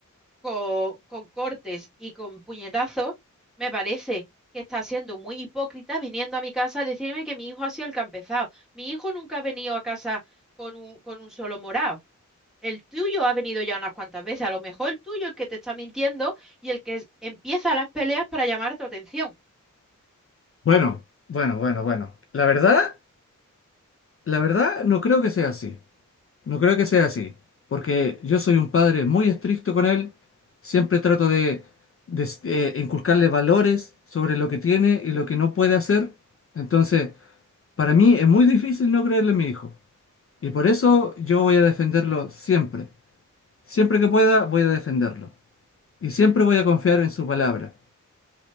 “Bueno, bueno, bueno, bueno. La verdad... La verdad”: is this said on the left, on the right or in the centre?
Left